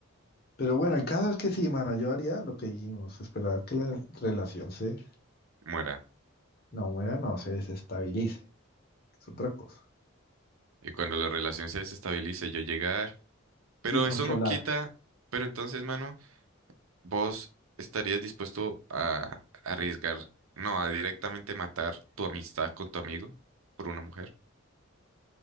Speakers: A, on the left; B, on the right.
A: pero bueno, el caso es que sí, mano, yo haría lo que dijimos, esperar que la relación se,
B: Muera.
A: no muera, no se desestabilice, que es otra cosa.
B: Y cuando la relación se desestabilice, yo llegar. Pero
A: Y consolar.
B: eso no quita, pero entonces, mano. ¿Vos estarías dispuesto a arriesgar, no, a directamente matar tu amistad con tu amigo por una mujer?